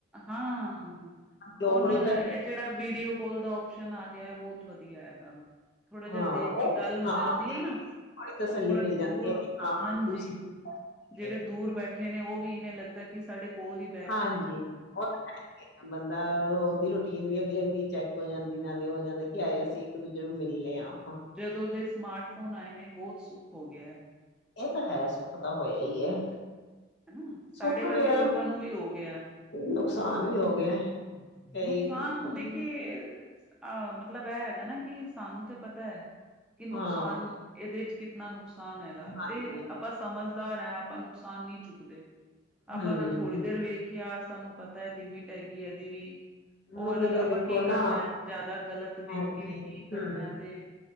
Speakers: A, in the centre; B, on the left.
A: ਹਾਂ,
B: ਲੋਨ
A: ਉਹਨ
B: ਨੀ
A: ਇਹ
B: ਪੈ
A: ਜਿਹੜਾ ਵੀਡੀਓ ਕੋਲ ਦਾ ਓਪਸ਼ਨ ਆ ਗਿਆ, ਬਹੁਤ ਵਧੀਆ ਹੈਗਾ। ਥੋੜਾ
B: ਹਾਂ,
A: ਜਿਹਾ ਦੇਖ
B: ਉਹ
A: ਕੇ ਗੱਲ ਹੋ
B: ਹਾਂ,
A: ਜਾਂਦੀ ਹੈ ਨਾ,
B: ਥੋੜੀ ਤਸੱਲੀ
A: ਉਹ ਥੋੜਾ
B: ਮਿਲ ਜਾਂਦੀ
A: ਦੂਰ
B: ਹੈ ਕਿ ਹਾਂ
A: ਹਾਂਜੀ
B: ਦੂਸਰੀ
A: ਜਿਹੜੇ
B: ਹੈ।
A: ਦੂਰ ਬੈਠੇ ਬੈਠੇ ਨੇ, ਉਹ ਵੀ ਇਵੇਂ ਲੱਗਦਾ ਕਿ ਸਾਡੇ ਕੋਲ ਦੀ
B: ਹਾਂਜੀ ਹੈ ਬੰਦਾਦੀ ਰੂਟੀਨ ਵੀ ਅਗਲੇ ਦੀ ਚੈੱਕ ਹੋ ਜਾਂਦੀ ਨਾਲੇ ਹੋ ਜਾਂਦਾ ਕਿ ਆਏ ਅਸੀਂ, ਇੱਕ, ਦੂਜੇ ਨੂੰ ਮਿਲਦੇ ਹਾਂ।
A: ਜਦੋਂ ਦੇ ਸਮਾਰਟਫੋਨ ਆਏ ਨੇ ਬਹੁਤ ਸੁਖ ਹੋ ਗਿਆ।
B: ਇਹ ਤਾਂ ਹੈ, ਸੁੱਖ ਤਾਂ ਹੋਇਆ ਹੀ ਹੈ।
A: ਹਨਾ
B: ਸੁੱਖ
A: ਸਾਡੇ ਵਰਗੇ
B: ਵੀ ਹੋਇਆ,
A: ਲੋਕਾਂ ਨੂੰ ਵੀ ਹੋ ਗਿਆ।
B: ਨੁਕਸਾਨ ਵੀ ਹੋ ਗਿਆ। ਕਈ
A: ਨੁਕਸਾਨ
B: ਦੁੱਖ।
A: ਦੇਖੇ। ਅਹ ਮਤਲਬ ਇਹ ਹੈਗਾ ਨਾ, ਕਿ ਸਾਨੂੰ ਤੇ ਪਤਾ ਹੈ। ਕਿ ਨੁਕਸਾਨ
B: ਹਾਂ,
A: ਇਹਦੇ ਚ ਕਿਤਨਾ ਨੁਕਸ ਨੁਕਸਾਨ ਹੈਗਾ
B: ਹਾਂਜੀ।
A: ਤੇ, ਆਪਾਂ ਸਮਝਦਾਰ ਹੈ। ਆਪਾਂ ਨੁਕਸਾਨ ਨਹੀਂ ਚੁੱਕਦੇ। ਆਪਾਂ
B: ਹੂੰ,
A: ਤਾਂ ਥੋੜ੍ਹੀ ਦੇਰ ਵੇਖਿਆ ਤੁਹਾਨੂੰ ਪਤਾ ਹੈ, ਲਿਮਿਟ ਹੈਗੀ ਇਹਦੀ ਵੀ ਹੋਰ
B: ਮਗਰ ਇਹ
A: ਆਪਾਂ
B: ਦੇਖੋ
A: ਕੀ
B: ਨਾ
A: ਕਰਨਾ ਜ਼ਿਆਦਾ ਗਲਤ ਦੇਖ
B: ਹਾਂਜੀ,
A: ਕੇ ਵੀ ਕੀ
B: ਹੂੰ
A: ਕਰਨਾ ਤੇ,